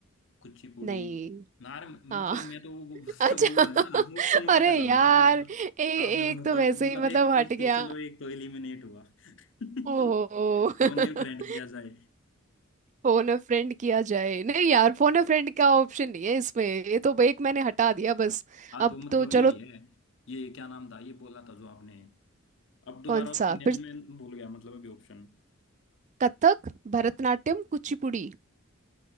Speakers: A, on the left; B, on the right.
A: कुचिपुड़ी
B: नहीं
A: नार
B: हाँ
A: मतलब मैं तो
B: <laughs>
A: वो मतलब
B: अच्छा
A: वो
B: <laughs>
A: है ना ऑप्शन वो
B: अरे
A: कर रहा
B: यार
A: हूँ आप मतलब
B: ए, एक
A: आपने तो मतलब
B: तो वैसे
A: मतलब
B: ही मतलब
A: एक
B: हट
A: एक
B: गया
A: तो चलो एक तो एलिमिनेट हुआ <laughs>
B: ओहो <laughs>
A: टोने फ्रेंड किया जाए
B: फोन अ फ्रेंड किया जाए नहीं यार फोन अ फ्रेंड का ऑप्शन नहीं है इसमें ये तो एक मैंने हटा दिया बस
A: हाँ
B: अब
A: तो मतलब
B: तो
A: यही
B: चलो
A: है ये क्या नाम था ये बोला था जो आपने अब दोबारा
B: कौन
A: ऑप्शन
B: सा
A: देने
B: फिर
A: में भूल गया मतलब अभी ऑप्शन
B: कथक भरतनाट्यम कुचिपुड़ी